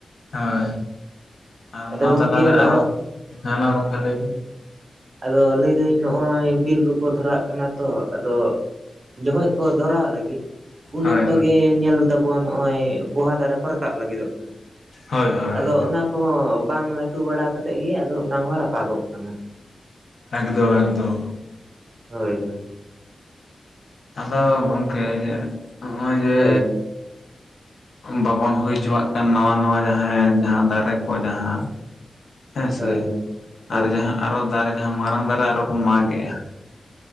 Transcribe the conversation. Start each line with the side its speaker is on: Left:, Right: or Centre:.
Left: ᱦᱳᱭ ᱟᱨ
Right: ᱟᱫᱚ
Left: ᱚᱱᱟ
Right: ᱜᱚᱝᱠᱮ
Left: ᱛᱟᱞᱟᱨᱮ
Right: ᱱᱚᱜᱼᱚᱭ
Left: ᱟᱨᱚ ᱦᱮᱢᱟ ᱜᱚᱝᱠᱮ ᱞᱟᱹᱭ ᱵᱤᱱ
Right: ᱟᱫᱚ ᱞᱟᱹᱭᱫᱟᱞᱤᱧ ᱱᱚᱜᱼᱚᱭ ᱵᱤᱨ ᱠᱚᱠᱚ ᱫᱷᱚᱨᱟᱣᱟᱜ ᱠᱟᱱᱟ ᱛᱚ ᱟᱫᱚ ᱡᱠᱷᱚᱡ ᱠᱚ ᱫᱷᱚᱨᱟᱣᱟᱜ ᱞᱟᱹᱜᱤᱫ ᱩᱱ
Left: ᱦᱳᱭ
Right: ᱚᱠᱛᱚ ᱜᱮ ᱧᱮᱞ ᱛᱟᱵᱚᱱ ᱱᱚᱜ ᱚᱭ ᱯᱚᱦᱟ ᱫᱟᱨᱮ ᱠᱚ ᱨᱟᱠᱟᱵ ᱞᱟᱹᱜᱤᱫᱚᱜ ᱠᱟᱱᱟ
Left: ᱦᱳᱭ ᱦᱳᱭ
Right: ᱟᱫᱚ
Left: ᱦᱳᱭ
Right: ᱚᱱᱟ ᱠᱚᱦᱚᱸ ᱵᱟᱝ ᱞᱟᱹᱴᱩ ᱵᱟᱲᱟ ᱠᱟᱛᱮ ᱜᱮ ᱟᱫᱚ ᱚᱱᱟ ᱦᱚᱸ ᱨᱟᱯᱟᱜᱚᱜ ᱠᱟᱱᱟ᱾
Left: ᱮᱠᱫᱚᱢ-ᱮᱠᱫᱚᱢ
Right: ᱦᱳᱭ-ᱦᱳᱭ
Left: ᱟᱫᱚ ᱜᱚᱝᱠᱮ ᱱᱚᱜ ᱚᱭ ᱡᱮᱻ
Right: ᱦᱳᱭ
Left: ᱵᱟᱵᱚᱱ ᱦᱩᱭ ᱦᱚᱪᱚᱣᱟᱜ ᱠᱟᱱ ᱱᱟᱣᱟ-ᱱᱟᱣᱟ ᱡᱟᱦᱟᱸ-ᱡᱟᱦᱟᱸ ᱫᱟᱨᱮ ᱠᱚ ᱡᱟᱦᱟᱸ ᱦᱮᱸ ᱥᱮ
Right: ᱦᱳᱭ ᱦᱳᱭ
Left: ᱟᱨ ᱡᱟᱦᱟᱸ ᱟᱨᱚ ᱫᱟᱨᱮ ᱡᱟᱦᱟᱸ ᱢᱟᱨᱟᱝ ᱫᱟᱨᱮ ᱟᱨᱚ ᱵᱚᱱ ᱢᱟᱜᱮᱼᱟ᱾